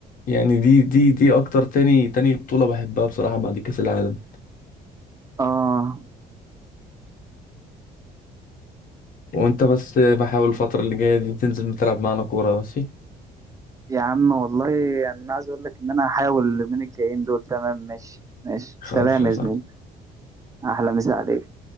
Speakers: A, on the left; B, on the right.
A: يعني دي دي دي اكتر تاني تاني بطولة بحبها بصراحة بعد كأس العالم
B: اه
A: وانت بس بحاول الفترة اللي جاية دي تنزل تلعب معانا كورة ماشي
B: يا عم والله يعني انا عايز اقول لك ان انا هحاول اليومين الجايين دول تمام ماشي ماشي
A: خلاص
B: سلام
A: يا
B: يا
A: صاحبي
B: زميلي احلى مسا عليك